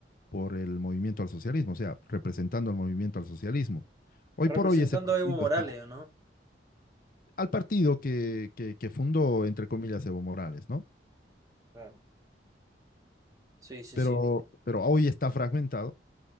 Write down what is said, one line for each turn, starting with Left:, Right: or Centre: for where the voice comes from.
Left: por el Movimiento al Socialismo, o sea, representando al Movimiento al Socialismo. Hoy
Right: Representando
Left: por hoy ese partido
Right: a Evo Morales,
Left: está
Right: ¿o ¿no?
Left: al partido que, que, que fundó, entre comillas, Evo Morales, ¿no?
Right: Claro. Sí, sí,
Left: Pero,
Right: sí.
Left: pero hoy está fragmentado